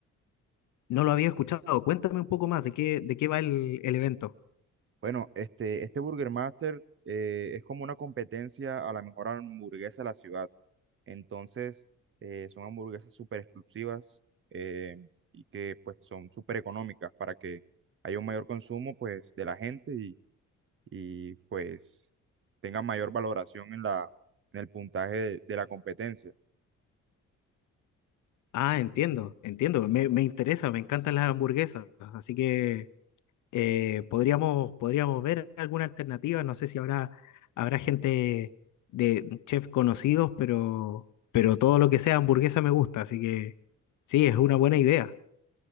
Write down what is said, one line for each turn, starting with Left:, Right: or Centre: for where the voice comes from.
Left: No lo había escuchado. Cuéntame un poco más de qué, de qué va el, el evento.
Right: Bueno, este, este Burger Master eh, es como una competencia a la mejor hamburguesa de la ciudad. Entonces, eh, son hamburguesas súper exclusivas eh, y que pues son súper económicas para que haya un mayor consumo pues de la gente y, y, pues tengan mayor valoración en la, en el puntaje de, de la competencia.
Left: Ah, entiendo, entiendo. Me, me interesa, me encantan las hamburguesas. Así que eh, podríamos, podríamos ver alguna alternativa. No sé si habrá, habrá gente de chefs conocidos, pero, pero todo lo que sea hamburguesa me gusta. Así que sí, es una buena idea.